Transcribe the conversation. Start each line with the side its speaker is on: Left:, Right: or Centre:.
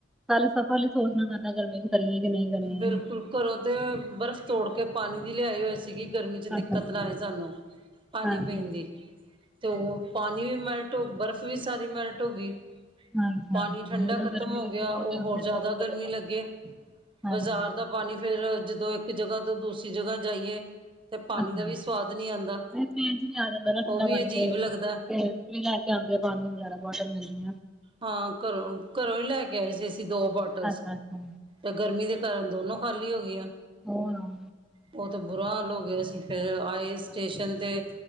Centre: ਕੱਲ ਸਫ਼ਰ ਲਈ ਸੋਚਣਾ ਪੈਂਦਾ ਵੀ ਕਰੀਏ ਕਿ ਕਰੀਏ।
Right: ਬਿਲਕੁਲ ਘਰੋਂ ਤੇ ਬਰਫ਼ ਤੋੜ ਕੇ ਪਾਣੀ ਦੀ ਲਿਆਈ ਹੋਏ ਸੀ। ' <unintelligible> ' ਗਰਮੀ 'ਚ' ਦਿੱਕਤ
Centre: ਅੱਛਾ ਅੱਛਾ।
Right: ਨਾ ਆਏ ਸਾਨੂੰ, ਪਾਣੀ
Centre: ਹਾਂਜੀ
Right: ਪੀਣ ਦੀ। ਤੇ ਉਹ ਪਾਣੀ ਮੈਲਟ ਹੋ, ਬਰਫ਼ ਵੀ ਸਾਰੀ ਮੈਲਟ ਹੋ ਗਈ।
Centre: ਹਾਂਜੀ
Right: ਪਾਣੀ
Centre: ਹਾਂਜੀ
Right: ਠੰਢਾ
Centre: ਉਹੀ ਨਾ
Right: ਖ਼ਤਮ
Centre: ਗਰਮੀ
Right: ਹੋ ਗਿਆ,
Centre: ਇੰਨੀ ਬਹੁਤ
Right: ਉਹ
Centre: ਹੈ
Right: ਹੋਰ
Centre: ਉੱਥੇ
Right: ਜ਼ਿਆਦਾ
Centre: ਕੀ ਕਰੇਗਾ।
Right: ਗਰਮੀ ਲੱਗੇ।
Centre: ਹਾਂਜੀ
Right: ਬਾਜ਼ਾਰ ਦਾ ਪਾਣੀ ਫੇਰ ਜਦੋਂ ਇੱਕ ਜਗ੍ਹਾ ਤੋਂ ਦੂਸਰੀ ਜਗ੍ਹਾ ਜਾਈਏ ਤੇ ਪਾਣੀ
Centre: ਅੱਛਾ।
Right: ਦਾ ਵੀ ਸਵਾਦ ਨਹੀਂ ਆਂਦਾ,
Centre: ਨਹੀਂ ਟ੍ਰੇਨ ਚ ਨਹੀਂ ਆ ਜਾਂਦਾ ਨਾ
Right: ਉਹ
Centre: ਠੰਡਾ
Right: ਵੀ
Centre: ਪਾਣੀ
Right: ਅਜੀਬ
Centre: ਤੇ
Right: ਲੱਗਦਾ।
Centre: ਤੇ ਵੀ ਲੈ ਕੇ ਆਉਂਦੇ ਆ ਪਾਣੀ ਵਗੈਰਾ ਬੋਤਲ ਮਿਲਦੀਆਂ।
Right: ਹਾਂ ਘਰੋਂ, ਘਰੋਂ ਹੀ ਲੈ ਕੇ ਆਏ ਸੀ ਅਸੀਂ ਦੋ ਬੋਟਲਸ,
Centre: ਅੱਛਾ ਅੱਛਾ
Right: ਤੇ ਗਰਮੀ ਦੇ ਕਾਰਨ ਦੋਨੋ ਖਾਲੀ ਹੋ ਗਈ ਆ।
Centre: ਹਾਂ।
Right: ਉਹ ਤੇ ਬੁਰਾ ਹਾਲ ਹੋ ਗਿਆ ਸੀ, ਫਿਰ ਆਏ
Centre: ਹੈ।
Right: ਸਟੇਸ਼ਨ ਤੇ।